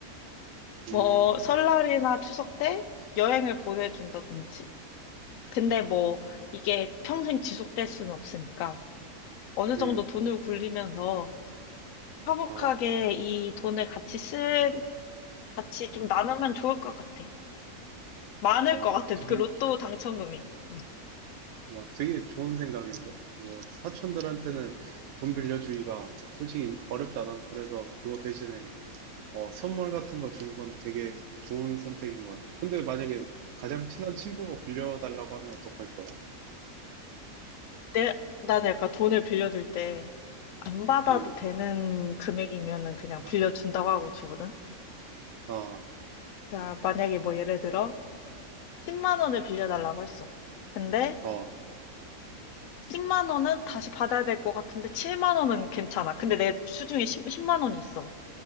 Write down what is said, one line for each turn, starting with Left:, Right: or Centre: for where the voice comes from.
Left: 뭐
Right: 음,
Left: 설날이나 추석 때 여행을 보내준다든지. 근데 뭐 이게 평생 지속될 수는 없으니까 어느 정도
Right: 음,
Left: 돈을 굴리면서 화목하게
Right: 어,
Left: 이 돈을 같이 쓴, 같이 좀 나누면 좋을 것 같아. 많을
Right: 어,
Left: 것 같아.
Right: 되게,
Left: 그 로또
Right: 좋-
Left: 당첨금이. 응.
Right: 와, 되게 좋은 생각인데? 뭐, 사촌들한테는 돈 빌려주기가 솔직히 어렵지 않아. 그래서 그거 대신에, 어, 선물 같은 거 준 건 되게 좋은 선택인 것 같아. 근데 만약에 가장 친한 친구가 빌려달라고 하면 어떡할 거야?
Left: 내, 나는 약간 돈을 빌려줄 때 안 받아도
Right: 음,
Left: 되는 금액이면은 그냥
Right: 아,
Left: 빌려준다고 하고 주거든.
Right: 어,
Left: 그러니까 만약에 뭐 예를 들어 10만 원을 빌려달라고 했어. 근데
Right: 어,
Left: 10만 원은 다시 받아야 될 것 같은데 7만 원은 괜찮아. 근데 내 수중에 10, 만 원이 있어.